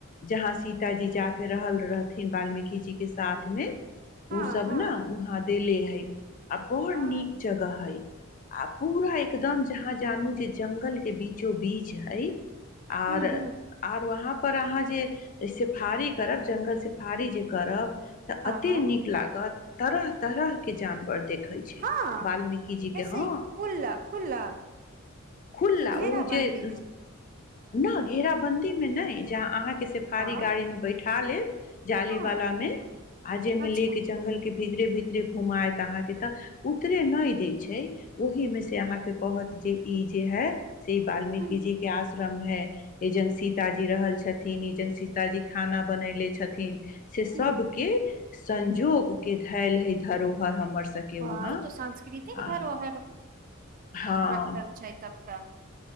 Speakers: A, on the left (about 40°); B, on the right (about 40°).
A: जहाँ सीतााजी जाक रहल रहथिन बाल्मीकि जी के साथमे ओ
B: हँ
A: सब
B: हँ
A: ने वहाँ दे ले है नहि आ बहुत
B: हँ
A: नीक जगह हय आ पूरा एकदम जहाँ जानू जे जंगल के बीचो बीच हय आर
B: हँ
A: आर वहाँ पर अहाँ जे से फारी करब जङ्गलसँ फारी जे करब तऽ एतेक
B: हँ
A: नीक लागत तरह तरह के जानवर देख वाल्मीकि
B: हँ
A: जी के
B: ऐसे
A: ह
B: ही खुला खुला
A: खुला
B: कि घेरा
A: ओ जे
B: बन्दी मे
A: न घेराबन्दी मे नहि ज अहाँ के सिफारी
B: वाह
A: गाड़ी में बैठा लेत जाली
B: हँ
A: वाला में आजे में
B: अच्छा
A: ले के जंगल के भीतरे भीतरे घुमाायत अहाँके तऽ उतरे नहि दै छै ओहीमे से अहाँकेँ कहत जे ई जे हए से बाल्मीकीजी
B: हूँ
A: के आस हैज सीतााजी रहल छथिन ई ज सीताजी खाना बनेले छथिन न से सबके
B: हूँ
A: संजोग के धायल है धरोहर हमर सबके
B: ह
A: वहाँ
B: ई तो सांस्कृतिक
A: आ
B: धरोहर
A: हँ
B: रखल छै तब तऽ